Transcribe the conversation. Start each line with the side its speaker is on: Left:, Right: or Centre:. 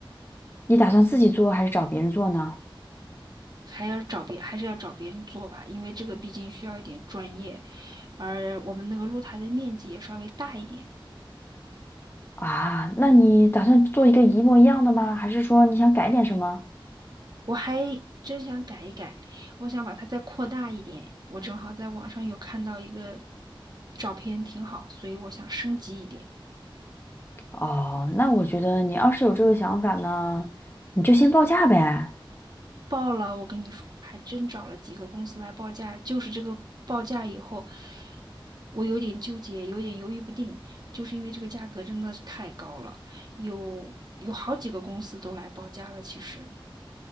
Left: 你打算自己做还是找别人做呢？
Right: 还要找别，还是要找别人做吧，因为这个毕竟需要一点专业，而我们那个露台的面积也稍微大一点，
Left: 啊，那你打算做一个一模一样的吗？还是说你想改点什么？
Right: 我还真想改一改，我想把它再扩大一点，我正好在网上有看到一个照片挺好，所以我想升级一点。
Left: 哦，那我觉得你要是有这个想法呢，你就先报价呗。
Right: 报了，我跟你说，还真找了几个公司来报价，就是这个报价以后，我有点纠结，有点犹豫不定，就是因为这个价格真的是太高了，有有好几个公司都来报价了，其实。